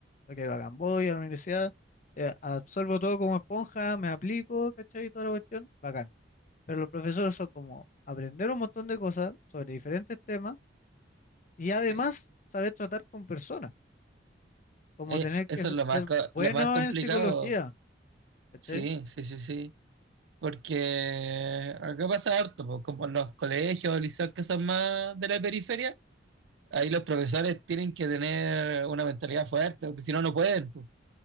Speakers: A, on the left (about 45°); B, on the right (about 80°).
A: Ok, bacán, voy a la universidad, eh, absorbo todo como esponja, me aplico, ¿cachai? Y Toda la cuestión, bacán. Pero los profesores son como aprender un montón de cosas sobre diferentes temas Y además,
B: Sí.
A: saber tratar con personas, como
B: Eh,
A: tener
B: eso
A: que se-
B: es lo
A: ser
B: más, co-
A: bueno
B: lo más complicado.
A: en psicología, ¿cachai?
B: Sí, sí, sí, sí. Porque acá pasa harto, pues, como en los colegios o liceos que son más de la periferia, ahí los profesores tienen que tener una mentalidad fuerte, porque si no, no pueden. pues.